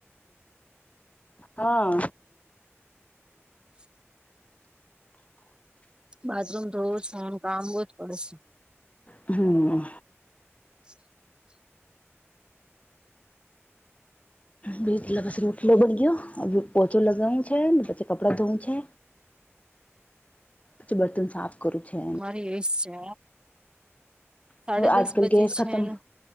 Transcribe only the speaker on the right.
સ <unintelligible> બાથરૂમ ધવું છેને, કામવું જ પડશે.
શ <unintelligible>
મારી એ જ છે. સાડા દસ
બજે
છે
ને.